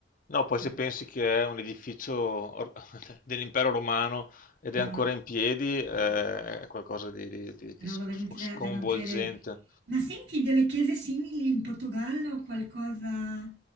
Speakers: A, on the left (about 45°); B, on the right (about 70°).
A: No, poi
B: Cioè,
A: se pensi che è un edificio or- <laughs> dell'impero romano ed
B: no,
A: è ancora in piedi, eh, è qualcosa di, di- di- di
B: roba
A: sc-
B: veramente
A: sconvolgente.
B: da da non credere. Ma senti delle chiese simili in Portogallo? Qualcosa